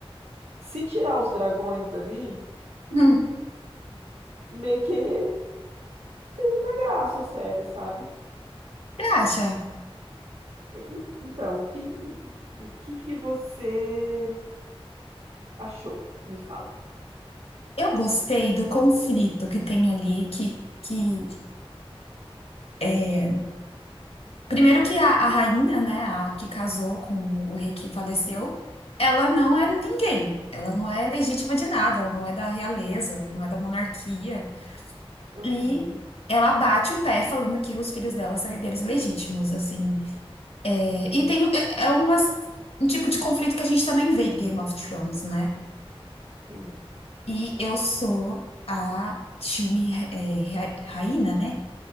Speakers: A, on the right; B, on the left.
A: Se tirar os dragões dali,
B: Uhum.
A: meio que tem muita graça a série, sabe?
B: Você acha?
A: En- Então, o que, o que que você achou? Me fala.
B: Eu gostei do conflito que tem ali, que, que é, primeiro que a, a rainha, né, a que casou com o, o rei que faleceu, ela não é ninguém. Ela não é legítima de nada, ela não é da realeza, ela não é da monarquia.
A: Uhum,
B: E ela bate o pé falando que os filhos dela são herdeiros legítimos, assim. É, e tem, é, é umas- um tipo de conflito que a gente também vê em Game of Thrones, né?
A: sim.
B: E eu sou a time é, Ra- Raina, né?